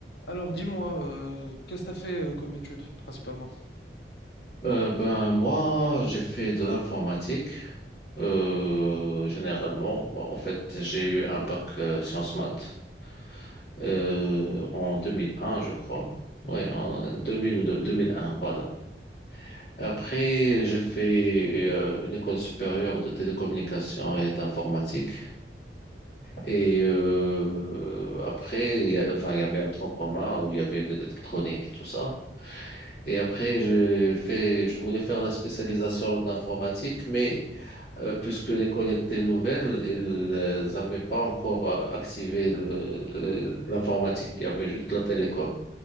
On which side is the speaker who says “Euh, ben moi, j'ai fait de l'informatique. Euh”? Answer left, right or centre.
Left